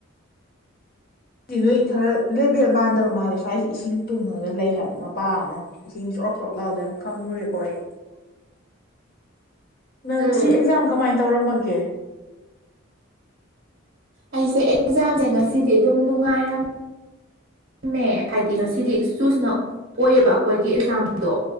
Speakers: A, on the left; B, on the right.
A: ꯇꯤ ꯅꯣꯏ ꯈꯔ ꯂꯦꯕꯦꯜ ꯃꯥꯟꯗꯕ ꯃꯥꯜꯂꯦ ꯁ꯭ꯋꯥꯏꯁꯦ ꯏꯁꯤꯡ ꯇꯨꯡꯉꯒ ꯂꯩ ꯍꯥꯏꯕ ꯃꯄꯥ ꯑꯃ ꯏꯁꯤꯡ ꯆ‌ꯔ‌ꯣꯛ ꯆꯔꯣꯛ ꯂꯥꯎ ꯂꯩꯔꯝ ꯈꯪꯉꯨꯔꯦꯀꯣ ꯑꯩ ꯅꯪ
B: ꯎꯝ
A: ꯁꯤ ꯑꯦꯛꯖꯥꯝ ꯀꯃꯥꯏꯅ ꯇꯧꯔꯝꯃꯒꯦ
B: ꯑꯩꯁꯦ ꯑꯦꯛꯖꯥꯝꯁꯦ ꯉꯁꯤꯗꯤ ꯑꯗꯨꯝ ꯅꯨꯡꯉꯥꯏꯔꯝ ꯃꯦꯑ ꯍꯥꯏꯗꯤ ꯉꯁꯤꯗꯤ ꯆꯨꯁꯅ ꯑꯣꯏꯑꯦꯕ ꯑꯩꯈꯣꯏꯒꯤ ꯑꯦꯛꯖꯥꯝꯗꯣ